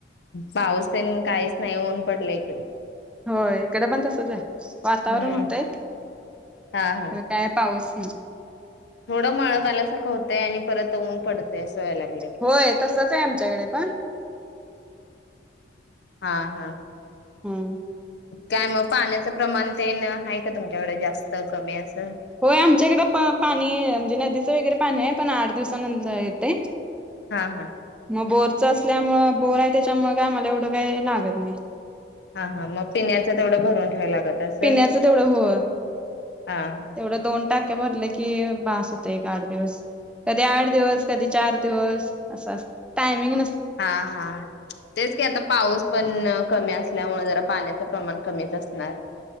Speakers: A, on the left (about 65°); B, in the centre.
A: पाऊस तेन काहीच नाही ऊन पडलं इकडे
B: होय इकडे पण तसच आहे वातावरण
A: हम्म
B: होतंय
A: हा हा
B: काय पाऊस.
A: थोडं मळ्यात आल्यासारखं होतंय आणि परत ऊन पडतय असं व्हायला लागलय.
B: होय तसच आहे आमच्याकडे पण
A: हा हा
B: हम्म
A: काय मग पाण्याचं प्रमाण तेन आहे का तुमच्याकडे जास्त कमी अस
B: होय आमच्याकडे पाणी म्हणजे नदी वगैरे पाणी आहे पण आठ दिवसानंतर येते
A: हा हा
B: मग बोरचं असल्यामुळे बोर आहे त्याच्यामुळे काय आम्हाला एवढं काय लागत नाही
A: हा हा मग पिण्याचं तेवढं भरून ठेवाय लागत असेल
B: पिण्याचं तेवढं हो
A: हा
B: तेवढं दोन टाक की बस होत आठ दिवस कधी आठ दिवस कधी चार दिवस असामिंग
A: हा हा तेच की आता पाऊस पण कमी असल्यामुळे जरा पाण्याचा प्रमाण कमीच असणार